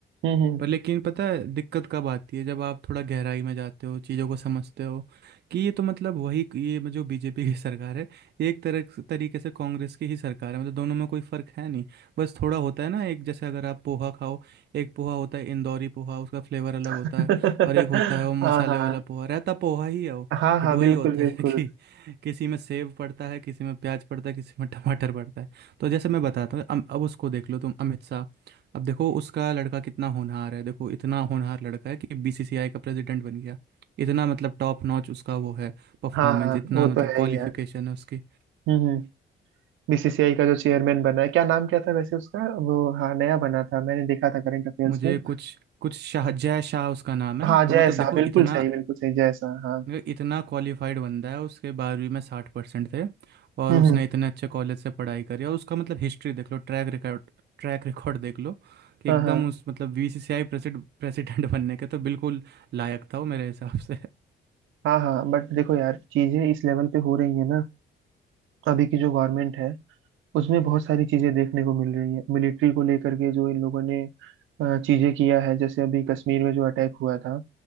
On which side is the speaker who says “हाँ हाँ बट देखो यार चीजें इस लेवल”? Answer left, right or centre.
Right